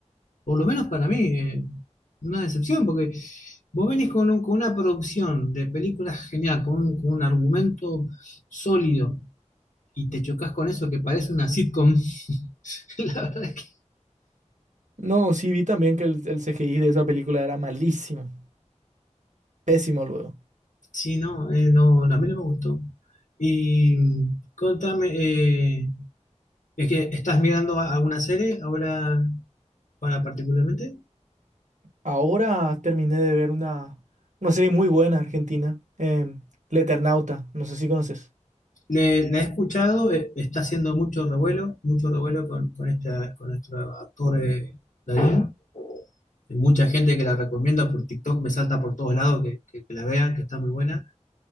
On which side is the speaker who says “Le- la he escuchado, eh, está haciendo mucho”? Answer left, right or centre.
Left